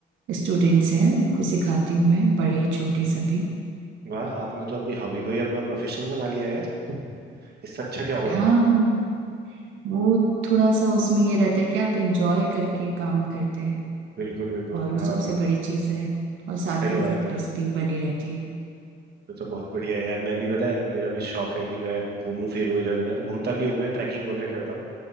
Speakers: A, on the right; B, on the right.
A: स्टूडेंट्स हैं उनको सिखाती हूँ मैं बड़े छोटे सभी
B: वाह आपने तो अपनी हॉबी को ही अपना प्रोफेशन बना लिया यार इससे अच्छा क्या होगा
A: हाँ वो थोड़ा सा उसमें ये रहता है कि आप एंजॉय करके काम करते हैं
B: बिल्कुल बिल्कुल
A: और वो
B: हाँ
A: सबसे बड़ी चीज़ है और साथ
B: सही
A: में
B: बात
A: फिटनेस
B: है
A: भी बनी रहती है
B: तो, तो बहुत बढ़िया है यार मैं भी पता है मेरा भी शौक है कि मैं घूमूं फिरूं इधर उधर घूमता भी हूं मैं ट्रैकिंग वगैरह करता हूँ